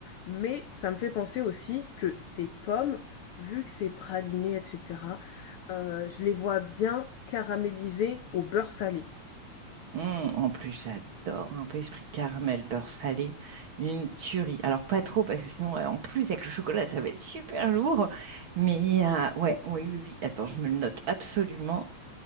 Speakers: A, on the left (about 75°); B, on the right (about 55°).
A: mais ça me fait penser aussi que tes pommes, vu que c'est praliné, etc., euh, je les vois bien caramélisées au beurre salé.
B: Hum, en plus, j'adore un peu esprit caramel, beurre salé, une tuerie. Alors, pas trop, parce que sinon, euh, en plus, avec le chocolat, ça va être super lourd. Mais euh, ouais, oui, oui, oui. Attends, je me le note absolument.